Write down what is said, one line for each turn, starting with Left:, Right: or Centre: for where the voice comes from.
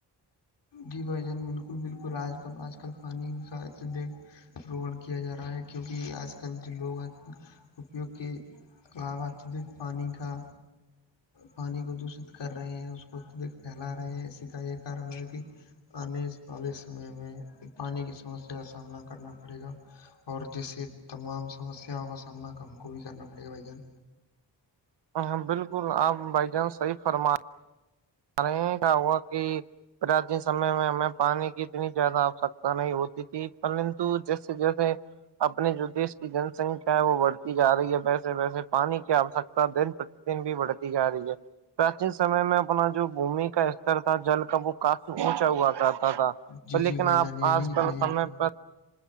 Left: جی بھ جان بالکل بالکل آج کل آج کل پانی سے دیکھ روہن کیا جا رہا ہے کیونکہ آج کل جو لوگ ہیں اپیوگ کے قلاب آتی تھی کہ پانی کا پانی کو دوشت کر رہے ہیں اس کو اتدک پھیلا رہے ہیں ایسی کا یہ کارل ہے کہ آنے والے سمے میں پانی کی سمسیا کا سامنا کرنا پڑے گا اور جیسے تمام سمسیاؤں کا سامنا ہم کو بھی کرنا پڑے گا بھائی جان
Right: ہ بالکل آپ بھائی جان صحیح فرما کررے گ ہوا کہ پراچیین سمے میں ہمیں پانی کی اتنی زیادہ آوشکتا نہیں ہوتی تھی پرتو جیسے جیسے اپنے جو دیش کی جن سنکھیا ہے وہ بڑھتی جا رہی ہے ویسے ویسے پانی کی آوشکتا دن پر ن بھی بڑھتی جا رہی ہے پراچینن سمے میں اپنا جو بھمی کا استر تھا جل کا وہ کافی اونچا ہوا کرتا تھا
Left: جی
Right: تو
Left: جی
Right: لیکن
Left: بھائی
Right: آپ
Left: جان یہی
Right: آج کل سمے پر